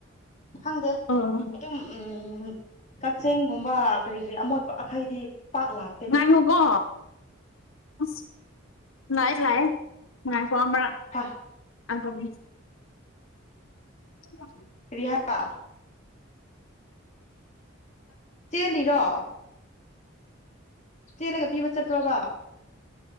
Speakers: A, on the left; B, on the left.
A: ꯈꯪꯗꯦ
B: ꯑꯥ
A: ꯑꯗꯨꯝ ꯎꯝ ꯀꯛꯆꯦꯡꯒꯨꯝꯕ ꯀꯔꯤ ꯀꯔꯤ ꯑꯃꯣꯠꯄ ꯑꯈꯩꯗꯤ ꯄꯥꯛ ꯂꯥꯛ
B: ꯉꯥꯏꯈꯣꯀꯣ ꯑꯁ ꯂꯥꯛꯑꯦ ꯂꯥꯛꯑꯦ ꯉꯥꯏꯈꯣ ꯑꯃꯨꯔꯛ
A: ꯍ
B: ꯑꯩ ꯍꯣꯕꯤ <unintelligible>
A: ꯀ꯭ꯔꯤ ꯍꯥ <unintelligible> ꯆꯦꯜꯂꯤꯔꯣ ꯆꯦꯜꯂꯒ ꯄꯤꯕ ꯆꯠꯄ꯭ꯔꯣꯕ